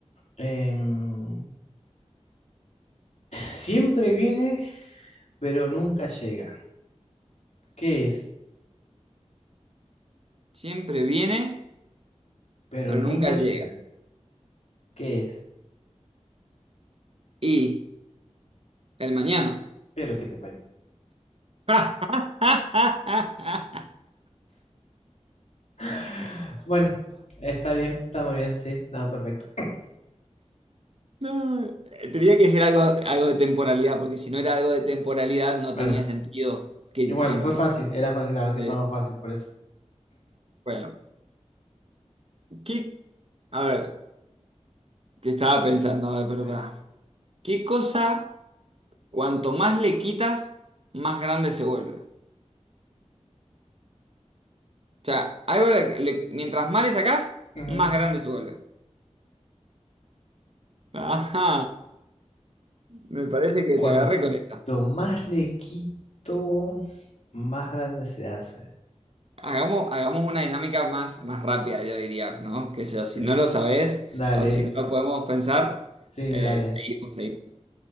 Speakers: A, on the left (about 70°); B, on the right (about 55°).
A: Em, siempre viene, pero nunca llega. ¿Qué es?
B: Siempre viene,
A: pero
B: pero
A: nunca
B: nunca
A: llega.
B: llega.
A: ¿Qué es?
B: Y el mañana.
A: Pero que te parió.
B: <laughs>
A: <laughs> Bueno, está bien, está muy bien, sí, nada, perfecto.
B: No, tenía que ser algo, algo de temporalidad, porque si no era algo de temporalidad no
A: Bueno,
B: tenía sentido que,
A: igual,
B: que-
A: fue
B: que-
A: fácil, era fácil, la verdad que
B: que-
A: fue fácil por eso.
B: Bueno, ¿qué? A ver, que estaba pensando, a ver, pero
A: Sí.
B: pará. ¿Qué cosa, cuanto más le quitas, más grande se vuelve? O sea, algo le- le- mientras más le sacás,
A: Ujú.
B: más grande se vuelve. Ajá. Me parece que
A: Cuanto
B: te agarré con eso
A: más le quito, más grande se hace.
B: Hagamos, hagamos una dinámica más, más rápida, yo diría, ¿no? Que si
A: Es-
B: no lo sabés
A: Dale,
B: o si no lo podemos pensar,
A: sí,
B: eh,
A: dale,
B: seguimos, seguimos. Si